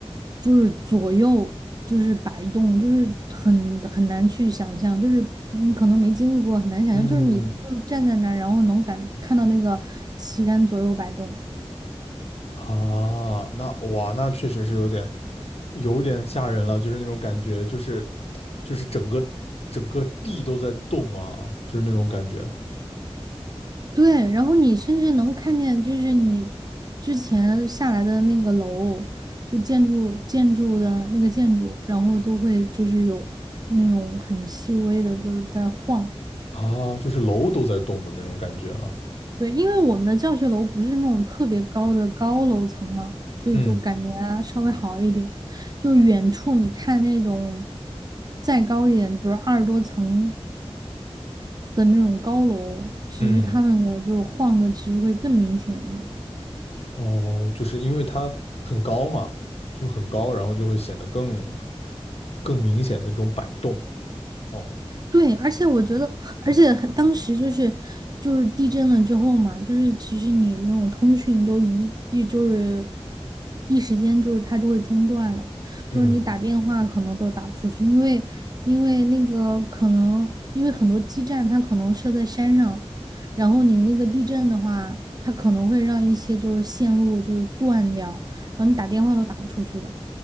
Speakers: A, on the right (about 40°); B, on the left (about 70°).
A: 就是左右就是摆动，就是很很难去想象，就是你可能没经历过，很难想象，
B: 嗯
A: 就是你就是站在那儿，然后能感看到那个旗杆左右摆动，
B: 啊，那哇，那确实是有点有点吓人了，就是那种感觉，就是就是整个整个地都在动啊，就是那种感觉
A: 对，然后你甚至能看见，就是你之前下来的那个楼，就建筑建筑的那个建筑，然后都会就是有那种很细微的，就是在晃。
B: 啊，就是楼都在动的那种感觉了。
A: 对，因为我们的教学楼不是那种特别高的高楼层嘛，所以就感觉啊稍微好一点。
B: 嗯
A: 就远处你看那种再高一点，比如二十多层的那种高楼，其实他们的就是晃的其实会更明显一点。
B: 嗯哦，就是因为它很高嘛，就很高，然后就会显得更更明显的这种摆动。哦，
A: 对，而且我觉得，而且很当时就是就是地震了之后嘛，就是其实你那种通讯都一一就是一时间就是它就会中断了，
B: 嗯，
A: 就是你打电话可能都打不出去，因为因为那个可能因为很多基站它可能设在山上，然后你那个地震的话，它可能会让一些就是线路就是断掉，然后你打电话都打不出去的。